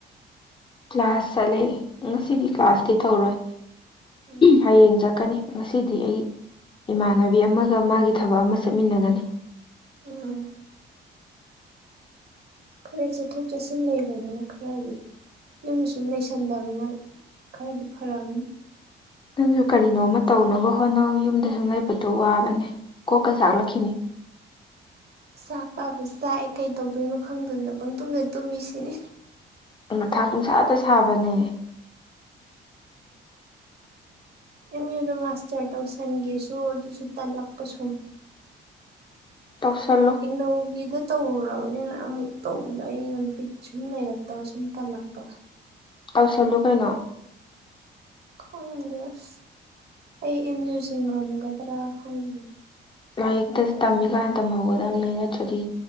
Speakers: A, on the left; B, on the right.
A: ꯀ꯭ꯂꯥꯁ ꯆꯠꯂꯦ ꯉꯁꯤꯗꯤ ꯀ꯭ꯂꯥꯁꯇꯤ ꯇꯧꯔꯣꯏ
B: ꯎꯝ
A: ꯍꯌꯦꯡ ꯆꯠꯀꯅꯤ ꯉꯁꯤꯗꯤ ꯑꯩ ꯏꯃꯥꯟꯅꯕꯤ ꯑꯃꯒ ꯃꯥꯒꯤ ꯊꯕꯛ ꯑꯃ ꯆꯦꯠꯃꯤꯟꯅꯒꯅꯤ
B: ꯎꯝ ꯈꯔ ꯆꯠꯊꯣꯛ ꯆꯠꯁꯤꯟ ꯂꯩꯕꯅꯤꯅ ꯈꯔꯗꯤ ꯌꯨꯝꯗ ꯁꯨꯝ ꯂꯩꯁꯟꯗꯕꯅꯤꯅ ꯈꯔꯗꯤ ꯐꯔꯑꯅꯤ
A: ꯅꯪꯁꯨ ꯀꯔꯤꯅꯣꯃ ꯇꯧꯅꯕ ꯍꯣꯠꯅꯧ ꯌꯨꯝꯗ ꯁꯨꯝ ꯂꯩꯕꯗꯣ ꯋꯥꯕꯅꯦ ꯀꯣꯛꯀ ꯆꯥꯛꯂꯛꯈꯤꯅꯤ <inaudible>
B: ꯆꯥꯛ ꯄꯥꯕꯁꯨ ꯆꯥꯛꯑꯦ ꯀꯩ ꯇꯧꯗꯣꯏꯅꯣ ꯈꯪꯗꯗꯅ ꯄꯪ ꯇꯨꯝꯅ ꯇꯨꯝꯃꯤꯁꯤꯅꯤ
A: ꯃꯊꯥ ꯄꯨꯡꯁꯥꯗ ꯁꯥꯕꯅꯦ
B: ꯑꯦꯝ ꯌꯨꯗ ꯃꯥꯁꯇꯔ ꯇꯧꯁꯟꯒꯦꯁꯨ ꯑꯗꯨꯁꯨ ꯇꯜꯂꯛꯄ ꯁꯨꯝ
A: ꯇꯧꯁꯂꯣ
B: ꯏꯅꯧꯒꯤꯗ ꯇꯧꯔꯨꯔꯕꯅꯤꯅ ꯑꯃꯨꯛ ꯇꯧꯕꯗꯣ ꯑꯩꯅ ꯕꯤꯠ ꯁꯨꯝ ꯂꯩꯔꯛꯇꯕ ꯁꯨꯝ ꯇꯜꯂꯛꯄ
A: ꯇꯧꯁꯜꯂꯣ ꯀꯩꯅꯣ
B: ꯈꯪꯗꯁ ꯑꯩ ꯑꯦꯝ ꯌꯌꯨꯖ ꯉꯝꯒꯗ꯭ꯔꯥ ꯈꯪ
A: ꯂꯥꯏꯔꯤꯛꯇ ꯇꯝꯃꯤꯀꯥꯟ ꯇꯝꯍꯧꯒꯗꯕꯅꯦ ꯅꯠꯇ꯭ꯔꯗꯤ